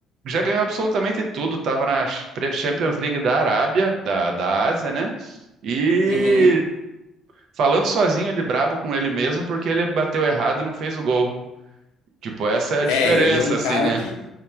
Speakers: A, on the right; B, on the left.
A: já ganhou absolutamente tudo. Tava na Pre- Champions League da Arábia, da, da Ásia, né? E
B: Uhum.
A: falando sozinho de brabo com ele mesmo, porque ele bateu errado e não fez o gol. Tipo, essa é a diferença,
B: É, ele é um cara
A: assim, né?
B: que.